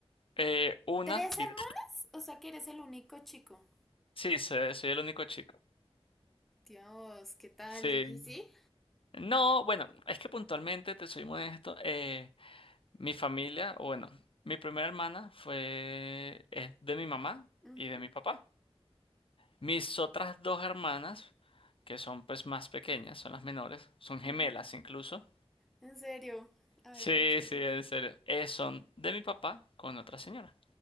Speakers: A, on the left; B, in the centre.
A: Eh, una
B: ¿Tres
A: vive.
B: hermanas? O sea que eres el único chico.
A: Sí, soy, soy el único chico.
B: Dios, ¿qué tal?
A: Sí.
B: Difícil.
A: No, bueno, es que puntualmente, te soy muy honesto, eh, mi familia, o bueno, mi primera hermana fue es de mi mamá
B: Ujú,
A: y de mi papá. Mis otras dos hermanas, que son pues más pequeñas, son las menores, son gemelas
B: ujú.
A: incluso.
B: En serio. Ay,
A: Sí,
B: tan chévere.
A: sí, en serio. Eh, son de mi papá con otra señora.